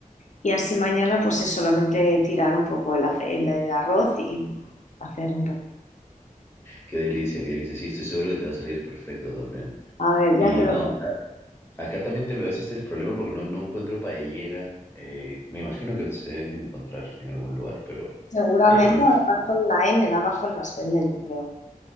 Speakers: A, on the left; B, on the left.
A: y así mañana pues es solamente tirar un poco el, ace- el- el arroz y hacer un poco.
B: Qué delicia, qué delicia. Sí, estoy seguro que te va a salir perfecto también.
A: A ver,
B: Y
A: ya te lo...
B: no, acá, acá también te- a veces está el problema porque no, no encuentro paellera. Eh, me imagino que se deben encontrar en algún lugar, pero...
A: Seguramente
B: eh, los-
A: en Amazon Line, en Amazon las venden, yo creo.